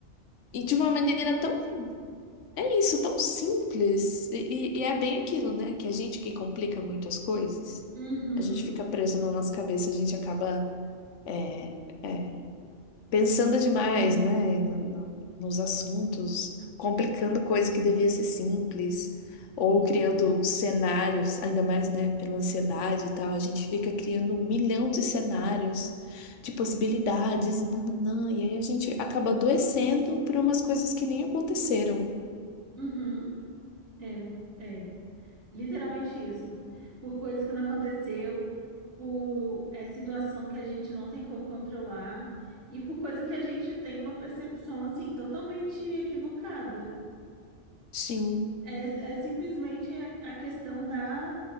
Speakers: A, on the left; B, on the right.
A: E de uma maneira tão É isso, tão simples. E, e- e é bem aquilo, né? Que a gente que complica muito as coisas,
B: Uhum.
A: a gente fica preso na nossa cabeça, a gente acaba é, é, pensando demais, né? no- no- nos assuntos, complicando coisa que devia ser simples, ou
B: Isso.
A: criando cenários, ainda mais, né? Pela ansiedade e tal, a gente fica criando um milhão de cenários, de possibilidades, e nananã, e aí a gente acaba adoecendo por umas coisas que nem aconteceram.
B: Uhum. É. É. Literalmente isso. Por coisas que não aconteceu, por é, situação que a gente não tem como controlar e por coisa que a gente tem uma percepção assim totalmente equivocada.
A: Sim.
B: É, é simplesmente a, a questão da,